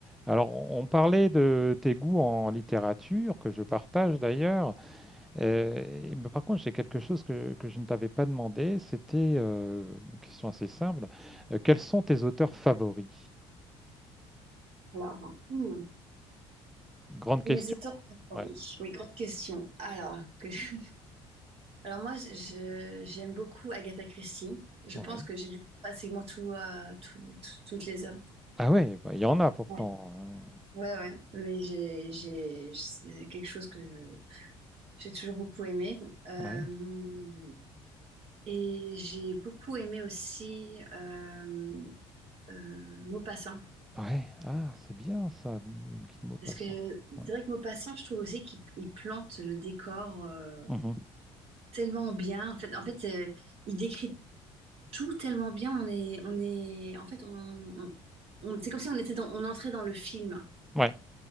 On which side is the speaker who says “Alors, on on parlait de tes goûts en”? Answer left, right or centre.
Centre